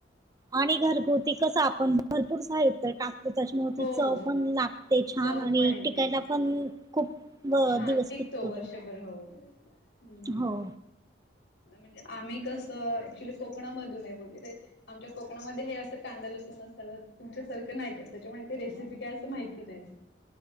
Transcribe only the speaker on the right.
आणि घरगुती कसं आपण भरपूर साहित्य टाकतो. त्याच्यामुळे
ती चव
पण लाग ते छान
आणि
टिकायला पण खूप व
दिवस
टीकतो
तो,
हो